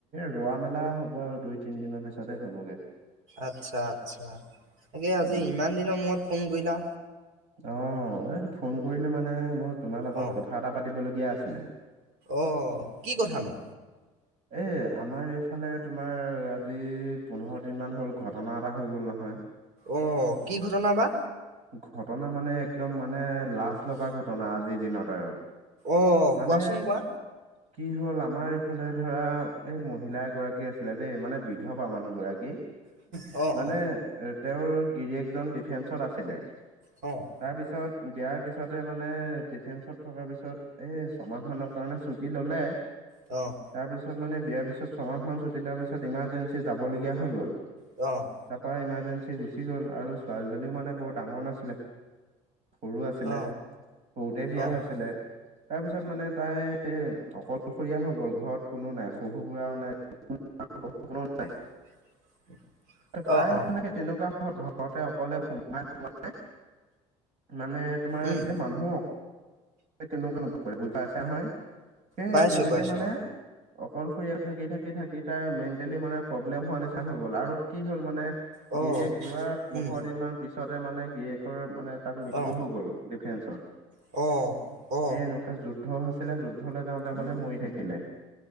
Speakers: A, on the right (about 60°); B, on the right (about 75°).
A: ৰোৱা মেলা হ'ব আৰু দুই তিন দিনৰ পিছতে হ'বগে।
B: আচ্ছা আচ্ছা তাকে আজি
A: উম
B: ইমান দিনৰ মূৰত ফোন কৰিলা।
A: অ এই ফোন কৰিলো মানে মই তোমাৰ লগত
B: অ
A: কথা এটা পাতিবলগীয়া আছিলে।
B: অ কি কথা নো।
A: এ আমাৰ এইফালে, তোমাৰ আজি পোন্ধৰ দিন মান হ'ল ঘটনা এটা হৈ গ'ল নহয়।
B: অ কি ঘটনা বা।
A: ঘটনা মানে একদম মানে লাজ লগা ঘটনা আজিৰ দিনত আৰু
B: অ
A: মানে
B: কোৱাচোন কোৱা
A: কি হ'ল আমাৰ, ফালে ধৰা এই মহিলা এগৰাকী আছিলে দেই মানে বিধৱা মানুহ গৰাকী।
B: অ,
A: মানে
B: অ
A: তেওঁৰ গিৰিয়েকজন ডিফেন্সত আছিলে।
B: অ'।
A: তাৰপিছত বিয়াৰ পিছতে মানে, ডিফেন্সত থকাৰ পিছত এই ছমাহমানত কাৰণে ছুটি ল'লে।
B: অ'।
A: তাৰপিছত মানে বিয়াৰ পিছত ছমাহ ছুটি লোৱাৰ পিছত ইমাৰ্জেঞ্চি যাবলগীয়া হৈ গ'ল।
B: অ,
A: তাৰপা ইমাৰজেঞ্চি গুচি গ'ল আৰু ছোৱালীজনীও মানে বৰ ডাঙৰ নাছিলে। সৰু আছিলে
B: অ
A: সৰুতে বিয়া
B: অ
A: হৈছিলে তাৰপিছত মানে তাই, অকলশৰীয়া হৈ গ'ল ঘৰত কোনো নাই শহু বুঢ়াও নাই কোনো নাই।
B: <inaudible>
A: তাই
B: অ অ
A: মানে সেই তেনেকুৱা ঘৰতে অকলে সোমাই সোমাই মানে তোমাৰ,
B: উম
A: এই মানুহ কেনে কেনো কৰে বুজি পাইছা নহয়? সেই
B: পাইছো
A: যেনেকে
B: পাইছো
A: মানে অকলশৰীয়াকৈ থাকি থাকি থাকি থাকি তাইৰ মেণ্টেলি মানে প্ৰব্লেম হোৱা নিচিনা হৈ গ'ল। আৰু কি হ'ল মানে,
B: অ
A: গিৰিয়েক যোৱা পোন্ধৰ
B: উম
A: দিনমান পিছতে মানে গিৰিয়েকৰ মানে তাত মৃত্যু
B: অ
A: হৈ গ'ল ডিফেন্সত!
B: অ'। অ
A: এ এনেকুৱা যুদ্ধ হৈছিলে, যুদ্ধলৈ যাওঁতে মানে মৰি থাকিলে।